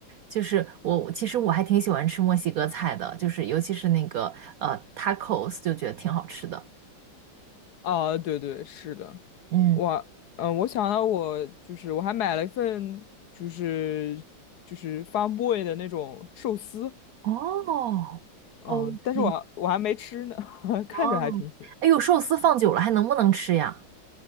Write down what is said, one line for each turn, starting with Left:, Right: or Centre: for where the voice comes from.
Right: 就是我其实我还挺喜欢吃墨西哥菜的，就是尤其是那个呃 tacos，就觉得挺好吃的。
Left: 啊，对对，是的，
Right: 嗯，
Left: 我嗯、呃我想到我就是我还买了一份就是就是 Farm Boy 的那种寿司，
Right: 哦，OK，
Left: 嗯，但是我我还没吃呢，<laughs> 看着还挺行。
Right: 哦，哎呦，寿司放久了还能不能吃呀？